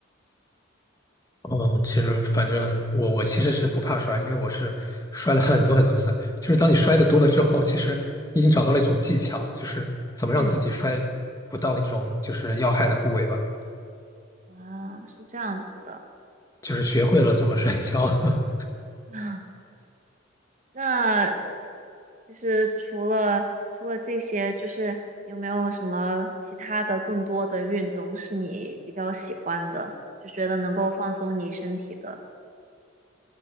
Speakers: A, on the left (about 15°); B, on the right (about 35°).
A: 嗯，其实反正我我其实是不怕摔，因为我是摔了很多很多次。就是当你摔的多了之后，其实你已经找到了一种技巧，就是怎么让自己摔不到那种就是要害的部位吧，
B: 嗯啊，是这样子的。
A: 就是学会了怎么摔跤。<laughs>
B: <laughs> 那其实除了除了这些，就是有没有什么其他的更多的运动是你比较喜欢的，就觉得能够放松你身体的？